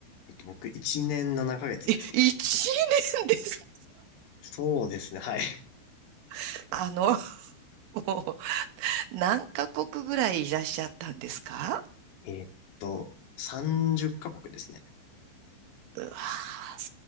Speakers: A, on the left (about 60°); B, on the right (about 80°).
A: えっと、僕、1年7ヶ月ですね。
B: え、1年ですか
A: そうですね、はい。
B: <laughs> あの、もう何カ国ぐらいいらっしゃったんですか
A: えっと、30カ国ですね。
B: うわー、